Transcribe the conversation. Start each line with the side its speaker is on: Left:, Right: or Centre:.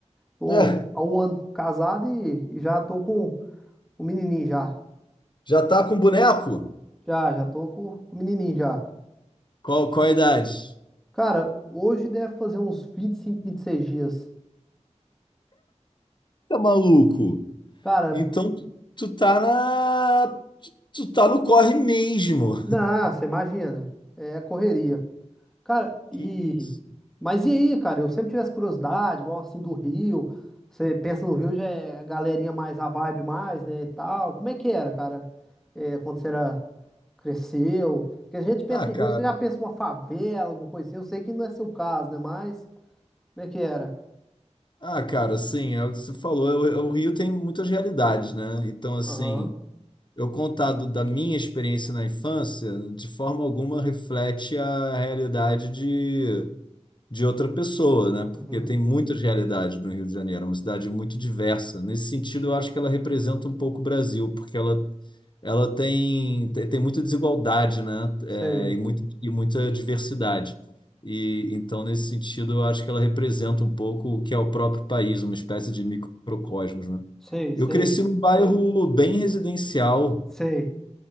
Centre: tô
Left: É,
Centre: há um ano casado e, e já tô com o menininho já.
Left: já tá com boneco?
Centre: Já, já tô com, com o menininho já.
Left: Qual, qual a idade?
Centre: Cara, hoje deve fazer uns vinte vinte e cinco vinte e seis dias.
Left: Tá maluco?
Centre: Cara,
Left: Então tu, tu tá na. Tu tá no corre mesmo.
Centre: não, você imagina. É correria. Cara, e.
Left: Que isso?
Centre: Mas e aí, cara? Eu sempre tive essa curiosidade, igual assim do Rio. Você pensa no Rio, já é a galerinha mais, a vibe mais, né? E tal. Como é que era, cara? É, quando você era. Cresceu. Porque a gente pensa
Left: Ah,
Centre: em
Left: cara.
Centre: Rio, você já pensa uma favela, alguma coisa assim. Eu sei que não é seu caso, né? Mas. Como é que era?
Left: Ah, cara, assim, é o que você falou. é O, o Rio tem muitas realidades, né? Então, assim,
Centre: Aham.
Left: eu contado da minha experiência na infância, de forma alguma reflete a realidade de de outra pessoa, né? Porque
Centre: Uhum.
Left: tem muitas realidades no Rio de Janeiro, é uma cidade muito diversa. Nesse sentido, eu acho que ela representa um pouco o Brasil, porque ela, ela tem, te- tem muita desigualdade, né?
Centre: Sei.
Left: É, e, muito, e muita diversidade. E então, nesse sentido, eu acho que ela representa um pouco o que é o próprio país, uma espécie de microcosmos, né?
Centre: Sei, sei,
Left: Eu cresci num bairro bem residencial
Centre: sei.